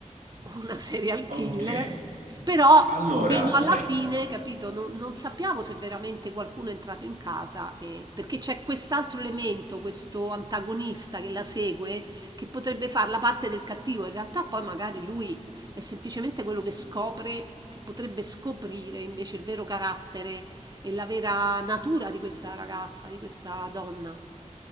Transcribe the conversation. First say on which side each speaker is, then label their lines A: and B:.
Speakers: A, on the right; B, on the right.
A: una serial
B: Ok,
A: killer però
B: Allora,
A: fino alla
B: io-
A: fine, capito, non, non sappiamo se veramente qualcuno è entrato in casa, e- perché c'è quest'altro elemento, questo antagonista che la segue, che potrebbe fare la parte del cattivo. In realtà poi magari lui è semplicemente quello che scopre, che potrebbe scoprire invece il vero carattere e la vera natura di questa ragazza, di questa donna.